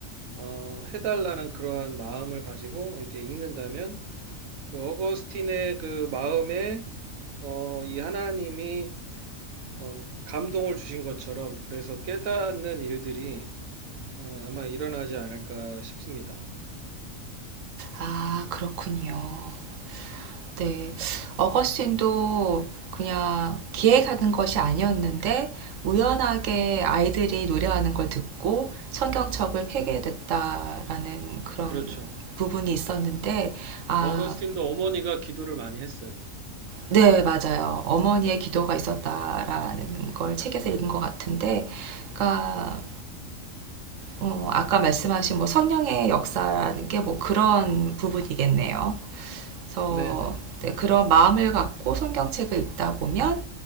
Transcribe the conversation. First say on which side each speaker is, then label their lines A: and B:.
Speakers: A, on the right (about 80°); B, on the right (about 70°).
A: 어, 해달라는 그러한 마음을 가지고 이제 읽는다면 그 어거스틴의 그 마음에 어, 이 하나님이 어, 감동을 주신 것처럼 그래서 깨닫는 일들이 어, 아마 일어나지 않을까 싶습니다.
B: 아, 그렇군요. 네. 어거스틴도 그냥 기획하는 것이 아니었는데 우연하게 아이들이 노래하는 걸 듣고 성경책을 폐기됐다라는 그런
A: 그렇죠.
B: 부분이 있었는데 아,
A: 어거스틴도 어머니가 기도를 많이 했어요.
B: 네, 맞아요. 어머니의 기도가 있었다라는 걸 책에서 읽은 것 같은데 그러니까 어, 아까 말씀하신 뭐 성령의 역사라는 게 뭐 그런 부분이겠네요. 그래서
A: 네네.
B: 네, 그런 마음을 갖고 성경책을 읽다 보면